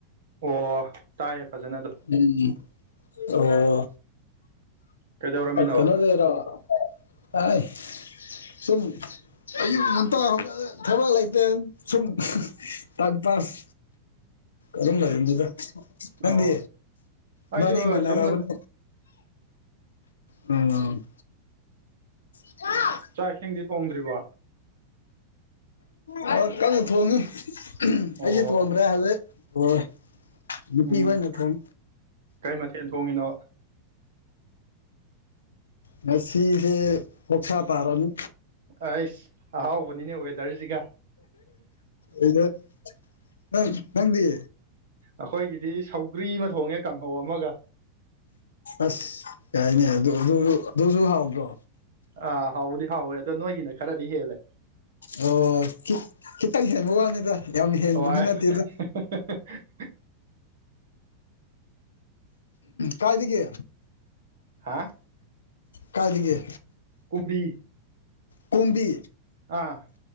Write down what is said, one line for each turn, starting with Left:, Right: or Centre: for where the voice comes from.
Right: ꯑꯣ ꯇꯥꯏꯌꯦ ꯐꯖꯅ ꯑꯗꯨꯝ
Left: ꯎꯝ
Right: ꯀꯩꯗꯧꯔꯝꯃꯤꯅꯣ
Left: ꯑꯣ ꯀꯩꯅꯣꯗꯩꯩꯔ ꯑꯥꯢ ꯁꯨꯝ ꯑꯌꯨꯛ ꯉꯟꯇ ꯍꯧꯒꯠꯂꯦ ꯊꯕꯛ ꯂꯩꯇ ꯁꯨꯝ ꯇꯥꯝ ꯄꯥꯁ ꯑꯗꯨꯝ ꯂꯩꯕꯅꯤꯗ ꯅꯪꯗꯤ
Right: ꯑꯣ
Left: ꯏꯕꯥꯅꯤ
Right: ꯑꯩꯁꯨ
Left: ꯃꯥꯟꯅꯔꯕꯅꯦ
Right: ꯁꯨꯝ ꯂꯩ꯫
Left: ꯎꯝ <inaudible>
Right: ꯆꯥꯛ ꯏꯁꯤꯡꯗꯤ ꯊꯣꯡꯗ꯭ꯔꯤꯕꯣ
Left: ꯑ ꯀꯟꯅ ꯊꯣꯟꯉꯤ
Right: ꯑꯣ
Left: ꯑꯩꯗꯤ ꯊꯣꯟꯕꯗꯔꯦ ꯍꯧꯖꯤꯛ ꯅꯨꯄꯤ
Right: ꯎꯝ
Left: ꯑꯣꯏ ꯅ ꯊꯣꯏ
Right: ꯀꯩ ꯃꯊꯦꯜ ꯊꯣꯡꯉꯤꯅꯣ
Left: ꯉꯁꯤꯗꯤ ꯑꯣꯛꯁ ꯇꯔꯅꯤ
Right: ꯑꯩꯁ ꯑꯍꯥꯎꯕꯅꯤꯅꯦ ꯋꯦꯗꯔꯁꯤꯒ
Left: ꯑꯩꯗ ꯅꯪ ꯅꯪꯗꯤ
Right: ꯑꯩꯈꯣꯏꯒꯤꯗꯤ ꯁꯧꯒ꯭ꯔꯤ ꯑꯃ ꯊꯣꯡꯉꯦ ꯀꯥꯡꯍꯧ ꯑꯃꯒ
Left: ꯑꯁ ꯌꯥꯥꯏꯅꯦ ꯑꯗꯨꯁꯨ ꯍꯥꯎꯗ꯭ꯔꯣ
Right: ꯑꯥ ꯍꯥꯎꯗꯤ ꯍꯥꯎꯋꯦ ꯑꯗꯣ ꯅꯣꯏꯒꯤꯅ ꯈꯔꯗꯤ ꯍꯦꯜꯂꯦ
Left: ꯑꯣ ꯈꯤꯠ ꯈꯤꯇꯪ ꯍꯦꯟꯕ ꯋꯥꯅꯤꯗ ꯌꯥꯝ ꯍꯦꯟꯕꯗꯤ
Right: ꯍꯣꯏ
Left: ꯅꯠꯇꯦꯗ
Right: <unintelligible>
Left: ꯀꯥꯏꯗꯒꯤ
Right: ꯍꯥ
Left: ꯀꯥꯏꯗꯒꯤ
Right: ꯀꯨꯝꯕꯤ
Left: ꯀꯨꯝꯕꯤ
Right: ꯑꯥ